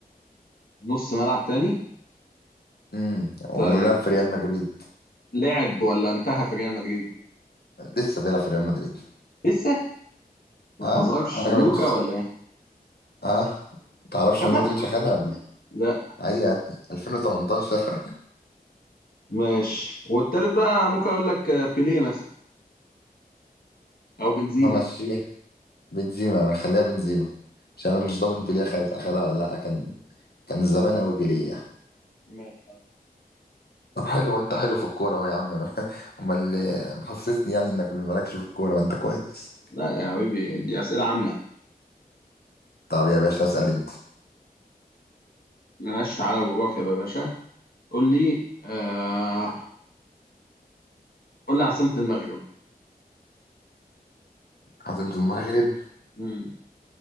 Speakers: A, on the left; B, on the left.
A: نص ملعب تاني
B: امم ولعب
A: طيب
B: في ريال مدريد
A: لعب ولا انتهى في ريال مدريد
B: لسه بيلعب في ريال مدريد
A: لسه ما
B: اه
A: تهزرش
B: انا
A: لوكا
B: ما تجيش
A: ولا ايه
B: اه تعرفش
A: خدها
B: ان مودريتش اخدها ولا
A: لا
B: إيه؟ اي يا ابني 2018
A: ماشي والتالت بقى ممكن اقول لك آه، بيليه مثلا او
B: <laughs>
A: بنزيما
B: همشيها بنزيما خليها بنزيما عشان
A: ماشي
B: انا مش ضامن بيليه أخد- اخدها ولا لا كان كان زمان قوي بيليه يعني.
A: ماشي
B: طب حلو وانت حلو في الكوره اهو يا عم <laughs> امال اللي محسسني يعني انك مالكش في الكوره ما انت كويس
A: لا يا حبيبي دي اسئله عامه
B: طب يا باشا اسال انت
A: ماشي تعالى جغرافيا بقى يا باشا قول لي آه... قول لي عاصمه المغرب
B: عاصمة المغرب
A: مم.